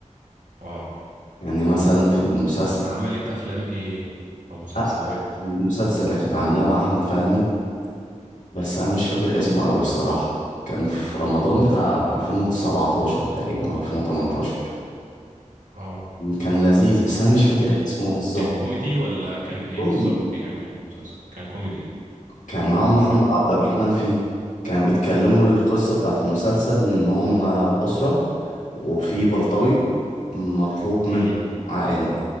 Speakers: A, on the right; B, on the left.
A: اه
B: يعني مثلا في المسلسل
A: ع- عملت افلام ايه او مسلسلات
B: لا المسلسل
A: او
B: اللي كانت عاملاه مع أحمد فهمي بس أنا مش فاكر اسمه أوي الصراحة كان في رمضان بتاع 2017 تقريبا أو 2018
A: اه
B: كان لذيذ بس أنا مش فاكر اسمه بالظبط
A: كان كوميدي ولا كان ايه
B: كوميدي
A: بالظبط يعني يعني مسلسل كان كوميدي
B: كان معاهم محمد
A: بت...
B: عبد الرحمن فيه كانوا بيتكلموا القصة بتاعت المسلسل إن هما في أسرة وفي بلطجي مطلوب منه
A: امم
B: ع- يعني